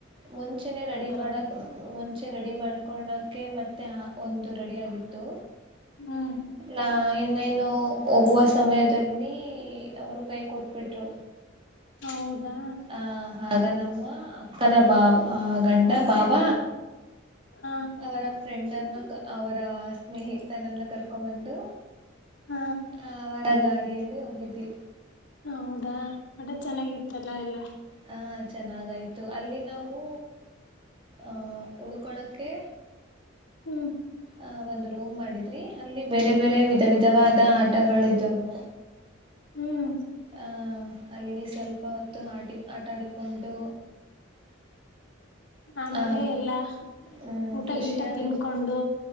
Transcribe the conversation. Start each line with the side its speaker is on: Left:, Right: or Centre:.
Right: ಮುಂಚೆನೆ ರೆಡಿ
Left: ಆತರ
Right: ಮಾಡಕ್ ಮುಂಚೆ ರೆಡಿ ಮಾಡ್ಕಳಕೆ ಮತ್ತೆ ಒಂದು ರೆಡಿ ಆಗಿತ್ತು
Left: ಹ್ಮ್
Right: ನಾ ಇನ್ನೇನು ಹೋಗುವ ಸಮಯದಲ್ಲಿ ಅವರು ಕೈ ಕೊಟ್ಬಿಟ್ರು
Left: ಹೌದಾ
Right: ಆ ಆ ನಮ್ಮ ನನ್ನ ಬಾವ ಗಂಡ ಬಾವ
Left: ಹ
Right: ಅವರ ಫ್ರೆಂಡ್ನ್ನು ಅವರ ಸ್ನೇಹಿತನನ್ನು ಕರ್ಕೊ ಬಂದು
Left: ಹ
Right: ಹ ಅವರ ಗಾಡಿಯಲ್ಲಿ ಹೋಗಿದ್ದಿ
Left: ಹೌದಾ ಮಟಾ ಚೆನ್ನಾಗಿತ್ತಲ್ಲಾ ಎಲ್ಲಾ
Right: ಹಹ ಚೆನ್ನಾಗಾಯ್ತು ಅಲ್ಲಿ ನಾವು ಆಹ ಉಳ್ಕೊಳಕ್ಕೆೆ
Left: ಹ್ಮ್
Right: ಆಹ ಒಂದು ರೂಮ್ ಮಾಡಿದ್ರಿ ಅಲ್ಲಿ ಬೇರೆ ಬೇರೆ ವಿಧ ವಿಧವಾದ ಆಟಗಳ್ದವು
Left: ಹ್ಮ್
Right: ಹ ಅಲ್ಲಿ ಸ್ವಲ್ಪ ಹೊತ್ತು ಆಟಿ ಆಟ ಆಡಿಕೊಂಡು
Left: ಆಮೇಲೆ
Right: ಆ
Left: ಎಲ್ಲಾ
Right: ಹ್ಮ್
Left: ಊಟ
Right: ಖುಷಿಯಾಗಿತ್ತು
Left: ಈಟ ತಿನ್ಕೊಂಡು